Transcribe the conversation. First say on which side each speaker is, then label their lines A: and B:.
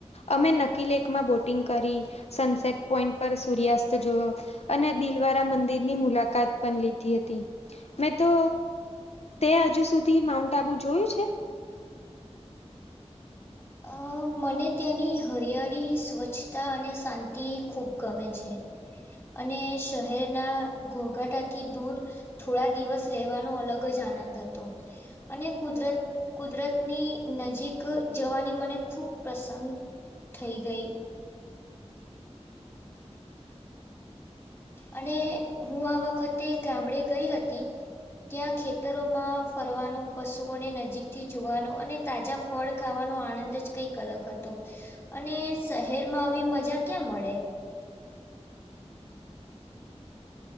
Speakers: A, on the left; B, on the left.
A: અમે નકીલેકમાં બોટિંગ કરી, સનસેટ પોઈન્ટ પર સૂર્યાસ્ત જોયો અને દિલવારા મંદિરની મુલાકાત પણ લીધી હતી. મેં તો તે હજુ સુધી માઉન્ટ આબુ જોયું છે?
B: અ મને ત્યાંની હરિયાળી સ્વચ્છ તા અને શાંતિ ખૂબ ગમે છે. અને શહેરના ઘોઘાટાથી દૂર થોડા દિવસ રહેવાનો અલગ જ આનંદ હત તો. અને કુદરત કુદરતની નજીક જવાની મને ખુબ પ્રસન્ન થઈ ગઈ. અને હું આ વખતે ગામડે ગઈ હતી. ત્યાં ખેતરોમાં ફરવાનું, પશુઓને નજીકથી જોવાનો, અને તાજા ફળ ખાવાનો આનંદ જ કંઈક અલગ હતો. અને શહેરમાં આવી મજા ક્યાં મળે?